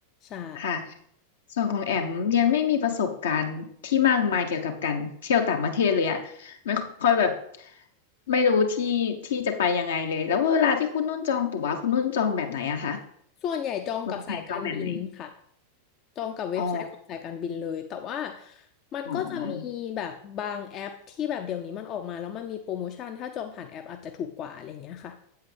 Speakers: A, on the left; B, on the left.
A: ใช่
B: ค่ะส่วนของแอมยังไม่มีประสบการณ์ที่มากมายเกี่ยวกับการเที่ยวต่างประเทศเลยอะไม่ค่อยแบบไม่รู้ที่ที่จะไปยังไงเลยแล้วเวลาที่คุณนุ่นจองตั๋วคุณนุ่นจองแบบไหนอะคะ
A: ส่วนใหญ่จองกับสายการบินค่ะ
B: วางแผนจองแบบไหน
A: จองกับเว็บไซต์ของสายการบินเลยแต่ว่า
B: อ๋อ
A: มันก็จะมีแบบบางแอปที่แบบเดี๋ยวนี้มันออกมาแล้วมันมีโปรโมชั่นถ้าจองผ่านแอปอาจจะถูกกว่าอะไรเงี้ยค่ะ
B: อ๋อ